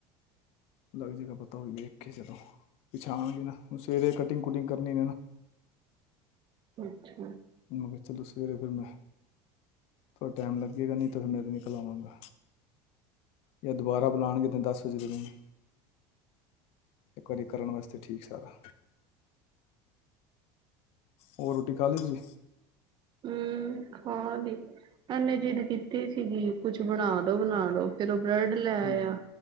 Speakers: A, on the left; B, on the right.
A: ਅਲੱਗ ਜਗ੍ਹਾ ਪਤਾ ਹੋਈ। ਚਲੋ ਪਿੱਛ ਆਗੇ ਨਾਣ ਸਵੇਰੇ ਕਟਿੰਗ ਕੁਟਿੰਗ ਕਰਨੀ
B: ਅੱਛਾ।
A: ਮੈਂ ਕਿਹਾ ਚਲੋ ਸਵੇਰੇ ਫਿਰ ਮੈਂ ਥੋੜ੍ਹਾ ਟਾਈਮ ਲੱਗੇਗਾ ਨਹੀਂਿਰ ਮੈਂ ਤਾਂ ਨਿਕਲ ਆਵਾਂਗਾ ਜਾਂ ਦੁਬਾਰਾ ਬੁਲਾਉਣਗੇਨੂੰ ਦਸ ਵਜੇ ਤੁਸੀ। ਇੱਕ ਵਾਰੀ ਕਰਨ ਵਾਸਤੇ ਠੀਕ ਸਾਰਾ। ਹੋਰ ਰੋਟੀ ਖਾ ਲਈ ਤੁਸੀਂ।
B: ਹਮ ਖਾ ਦੀ ਪੇ ਜਿੱਦ ਕੀਤੀ ਸੀਗੀ ਕੁਛ ਬਣਾ ਦੋ ਬਣਾ ਦੋ ਫੇਰ। ਬ੍ਰੈਡ ਲੈ
A: ਹੂੰ
B: ਆ ਆ